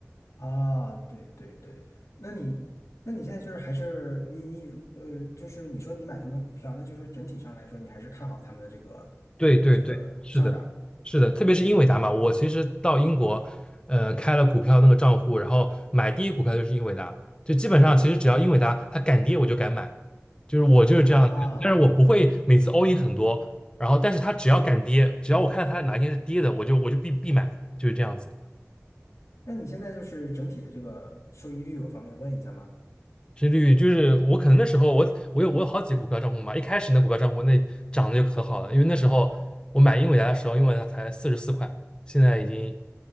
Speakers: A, on the left; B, on the left.
A: 啊，对对对，那你那你现在就是还是你你呃，就是你说你买他们的股票，那就是说整体上来说，你还是看好他们的这个
B: 对对对，
A: 这个上涨
B: 是的，是的，特别是英伟达嘛，我其实到英国，呃，开了股票那个账户，然后买第一股票就是英伟达，就基本上其实只要英伟达它敢跌我就敢买，就是我就是这样的但是我不会每次
A: 啊？
B: all in 很多，然后但是它只要敢跌，只要我看到它哪一天是跌的，我就我就必必买，就是这样子。
A: 那你现在就是整体的这个收益率，我方便问一下吗？
B: 至绿，就是我可能那时候我我有我有好几个股票账户嘛，一开始那股票账户那涨得就可好了，因为那时候我买英伟达的时候，因为它才四十四块，现在已经